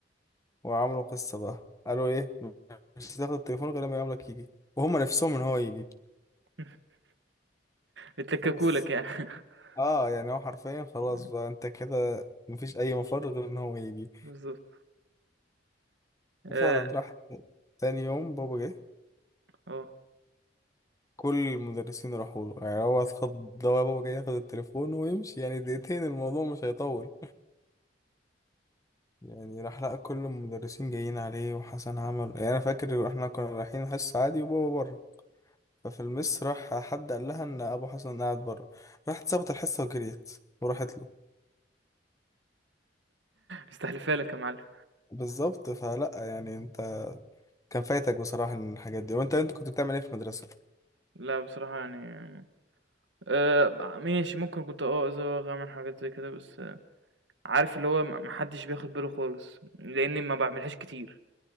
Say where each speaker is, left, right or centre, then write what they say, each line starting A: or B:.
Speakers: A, on the left (about 20°); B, on the right (about 80°).
A: وعملوا قصة بقى قالوا ايه مش هتاخد التليفون غير لما يقابلك يجي وهم نفسهم ان هو يجي
B: <laughs> بتلكّكوا
A: فبس
B: لك يعني. <laughs>
A: اه يعني هو حرفيا خلاص
B: إمم،
A: بقى انت كده مفيش اي مفر غير ان هو يجي
B: بالضبط.
A: وفعلا
B: آآ
A: راح تاني يوم بابا جه
B: آه.
A: كل المدرسين راحوا له يعني هو اتخض لو بابا جاي ياخد التليفون ويمشي يعني دقيقتين الموضوع مش هيطول يعني راح لقى كل المدرسين جايين عليه وحسن عمل يعني انا فاكر احنا كنا رايحين حصة عادي وبابا بره ففي المس راح حد قال لها ان ابو حسن قاعد بره راحت سابت الحصه وجريت وراحت له
B: مستحلفها لك يا معلم.
A: بالظبط فلا يعني انت كان فايتك بصراحه إن الحاجات دي وانت انت كنت بتعمل ايه في المدرسه
B: لأ بصراحة يعني آآ ماشي ممكن كنت آه أزوّغ، أعمل حاجات زي كده، بس آه عارف اللي هو ما ما حدّش بياخد باله خالص، لإنّي ما باعملهاش كتير،